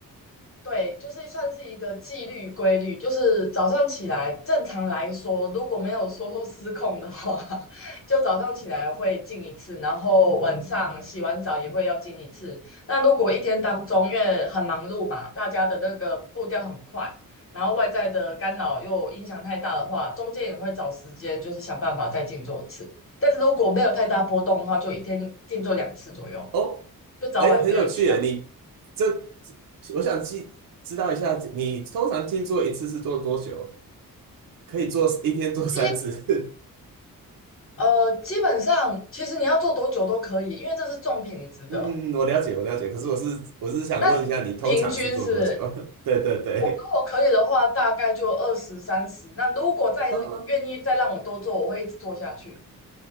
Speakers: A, on the left; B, on the right.
A: 对，就是算是一个纪律规律，就是早上起来，正常来说，如果没有说失控的话，<laughs> 就早上起来会进一次，然后晚上洗完澡也会要进一次。那如果一天当中，因为很忙碌嘛，大家的那个步调很快，然后外在的干扰又影响太大的话，中间也会找时间，就是想办法再静坐一次。但是如果没有太大波动的话，就一天静坐两次左右。
B: 哦，
A: 就早晚各一次啊。
B: 哎，很有趣耶！你这，我想记知道一下，你通常静坐一次是做多久？可以做一天做三次？
A: 基
B: <laughs>
A: 呃，基本上其实你要做多久都可以，因为这是重品质的。
B: 嗯嗯嗯，我了解，我了解。可是我是我是想问一下，
A: 那平均是不是，
B: 你通常是做多久？
A: 如
B: <laughs> 对对对，
A: 果可以的话，大概就二十三十。那如果再愿意再让我多做，
B: 哦，
A: 我会一直做下去。